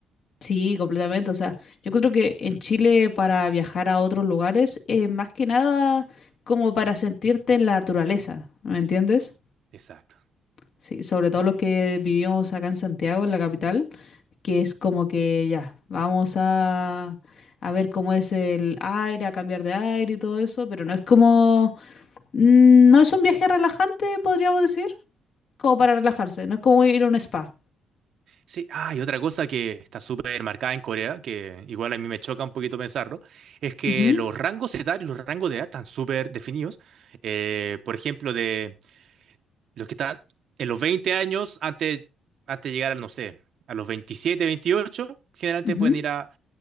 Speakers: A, on the left (about 60°); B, on the right (about 65°).
A: Sí, completamente. O sea, yo creo que en Chile para viajar a otros lugares es más que nada como para sentirte en la naturaleza, ¿me entiendes?
B: Exacto.
A: Sí, sobre todo los que vivimos acá en Santiago, en la capital, que es como que ya, vamos a, a ver cómo es el aire, a cambiar de aire y todo eso, pero no es como, mm, no es un viaje relajante, podríamos decir, como para relajarse, no es como ir a un spa.
B: Sí, ah, y otra cosa que está súper marcada en Corea, que igual a mí me choca un poquito pensarlo, es que
A: Ujú,
B: los rangos etarios, los rangos de edad están súper definidos. Eh, por ejemplo, de los que están en los 20 años, antes, antes de llegar al, no sé, a los 27 28 generalmente
A: ujú,
B: pueden ir a,